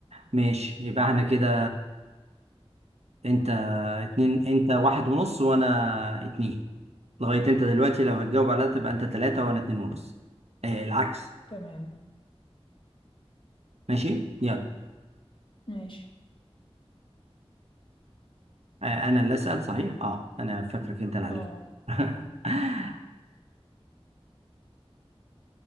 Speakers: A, on the right; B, on the left.
A: ماشي يبقى احنا كده انت اتنين انت واحد ونص وانا اتنين لغاية انت دلوقتي لو هتجاوب على ده تبقى انت تلاتة وانا اتنين ونص اه العكس
B: تمام
A: ماشي يلا
B: ماشي
A: اه انا اللي اسأل صحيح اه انا فاكرك انت اللي عليك
B: أه
A: <laughs>